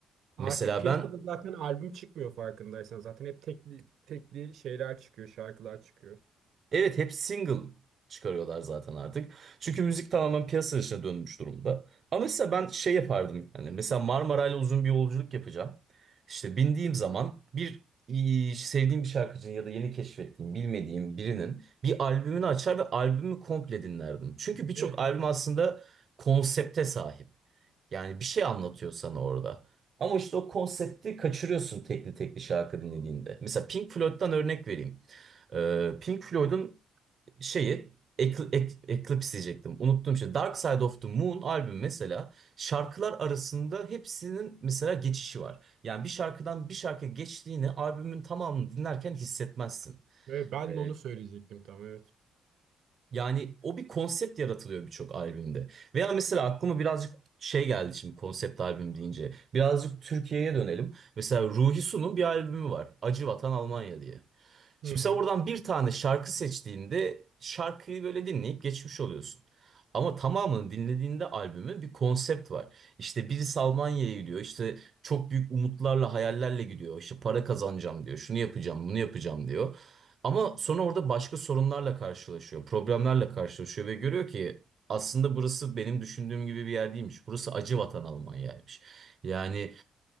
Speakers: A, on the right; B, on the right.
A: Artık
B: Mesela
A: piyasada
B: ben
A: zaten albüm çıkmıyor farkındaysan. Zaten hep tekli, tekli şeyler çıkıyor, şarkılar çıkıyor.
B: Evet hep single çıkarıyorlar zaten artık. Çünkü müzik tamamen piyasa dışına dönmüş durumda. Ama mesela ben şey yapardım. Yani mesela Marmaray'la uzun bir yolculuk yapacağım. İşte bindiğim zaman bir e, sevdiğim bir şarkıcının ya da yeni keşfettiğim, bilmediğim birinin bir albümünü açar ve albümü komple dinlerdim. Çünkü birçok
A: Evet,
B: albüm
A: evet.
B: aslında konsepte sahip. Yani bir şey anlatıyor sana orada. Ama işte o konsepti kaçırıyorsun tekli tekli şarkı dinlediğinde. Mesela Pink Floyd'dan örnek vereyim. Ee, Pink Floyd'un şeyi Ekl- Ek- Eclipse diyecektim. Unuttum şimdi. Dark Side of the Moon albüm mesela şarkılar arasında hepsinin mesela geçişi var. Yani bir şarkıdan bir şarkıya geçtiğini albümün tamamını dinlerken hissetmezsin.
A: Evet, ben
B: Ee,
A: de onu söyleyecektim tam evet.
B: yani o bir konsept yaratılıyor birçok albümde. Veya mesela aklıma birazcık şey geldi şimdi konsept albüm deyince. Birazcık Türkiye'ye dönelim. Mesela Ruhi Su'nun bir albümü var. Acı Vatan Almanya diye. Şimdi
A: Hı hı.
B: sen oradan bir tane şarkı seçtiğinde şarkıyı böyle dinleyip geçmiş oluyorsun. Ama tamamını dinlediğinde albümün bir konsept var. İşte birisi Almanya'ya gidiyor. İşte çok büyük umutlarla, hayallerle gidiyor. İşte para kazanacağım diyor. Şunu yapacağım, bunu yapacağım diyor. Ama sonra orada başka sorunlarla karşılaşıyor. Problemlerle karşılaşıyor ve görüyor
A: Hı hı.
B: ki aslında burası benim düşündüğüm gibi bir yer değilmiş. Burası acı vatan Almanya'ymış. Yani